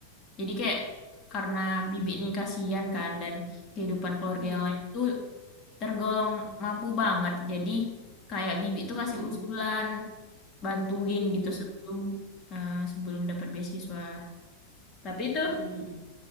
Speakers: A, on the left; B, on the right.
A: jadi kayak karena bibi ini kasihan kan dan kehidupan keluarga
B: hmm,
A: yang lain itu tergolong mampu banget jadi kayak bibi tuh kasih
B: mm-mm,
A: usulan bantuin gitu
B: Iya,
A: sebelum eh, sebelum dapat beasiswa tapi itu
B: Mm-mm, mm-mm,